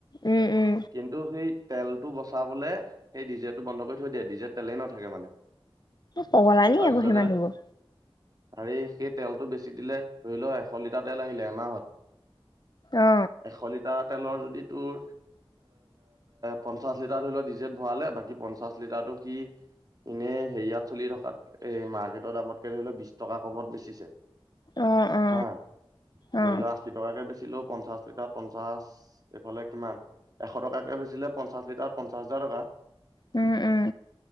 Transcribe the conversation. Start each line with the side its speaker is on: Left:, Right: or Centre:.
Left: উম উম
Right: কিন্তু সেই তেলতটো বচাবলে সেই ডিজেটো বন্ধ কৰি থৈ দিয়ে ডিজে তেলেই নাথাকে মানে।
Left: পগলা নি
Right: তাৰপিছতে
Left: আকৌ সেই মানুহবোৰ
Right: হেৰি সেই তেলটো বেছি দিলে ধৰি, ল এশ লিটাৰ তেল আহিলে এমাহত
Left: অ
Right: এশ লিটাৰত তেলৰ যদি তোৰ পঞ্চাছ লিটাৰ ধৰি ল ডিজিত ভৰালে বাকি পঞ্চাছ লিটাৰ কি এনেই সেৰিয়াত চলি থকাত এ মাৰ্কেটৰ দামতকে ধৰি লও বিশ টকা কমত বেছিছে।
Left: অ অ
Right: হা
Left: অ
Right: ধৰিল আশি টকাকে বেছিল। ছিলো পঞ্চাশ লিটাৰ পঞ্চাশ এইফালে কিমান এশ টকাকে বেছিলে পঞ্চাশ লিটাৰত পঞ্চাশ হাজাৰ টকা।
Left: উম উম।